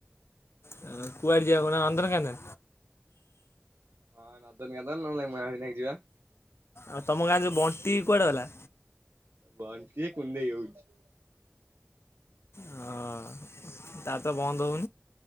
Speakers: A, on the left; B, on the right.
A: ଅ, କୁଆଡ ଯିବା କହୁନ? ନନ୍ଦନକାନନ।
B: ହଁ ନନ୍ଦନକାନନ, ନହେଲେ ମହାବିନାୟକ ଯିବା।
A: ଆଉ ତୋମ ଗାଁରେ ଯୋଉ ବଣ୍ଟି କୁଆଡେ ଗଲା?
B: ବଣ୍ଟି ଏ କୁଣ୍ଢେଇ ହଉଛି।
A: ହଁ ତାର ତ ବନ୍ଦ ହଉ